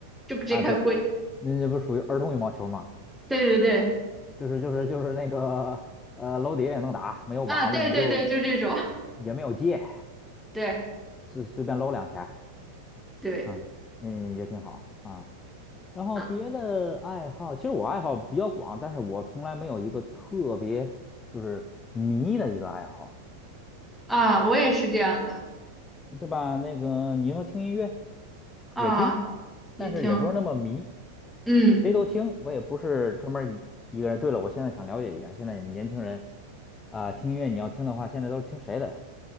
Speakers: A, in the centre; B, on the left.
A: 就直接开挥。
B: 啊，对，那这不属于儿童羽毛球吗？
A: 对对对。
B: 就是就是就是那个呃楼底下也能打，没有网子你就
A: 啊，对对对，就这种，
B: 也没有界，
A: 对
B: 随随便搂两下
A: 对，
B: 啊，嗯，嗯也挺好啊。然后别的爱好，
A: 啊
B: 其实我爱好比较广，但是我从来没有一个特别就是迷的一个爱好，
A: 啊，我也是这样的
B: 对吧？那个你说听音乐
A: 啊，
B: 也听，
A: 也听，
B: 但是也不是那么迷，
A: 嗯
B: 谁都听，我也不是专门一一个人。对了，我现在想了解一下，现在你们年轻人啊，听音乐你要听的话，现在都是听谁的呀？